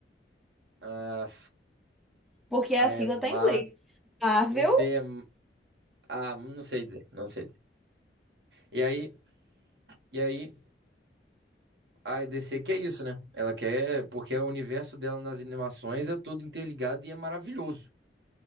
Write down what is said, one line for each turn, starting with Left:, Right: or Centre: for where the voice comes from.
Right: a,
Centre: Porque
Right: a
Centre: a
Right: é
Centre: sigla
Right: Marvel,
Centre: tá em inglês. Marvel?
Right: eu sei, é, ah, não sei dizer, não sei dizer. E aí, e aí, a DC quer isso, né? Ela quer, porque o universo dela nas animações é todo interligado e é maravilhoso.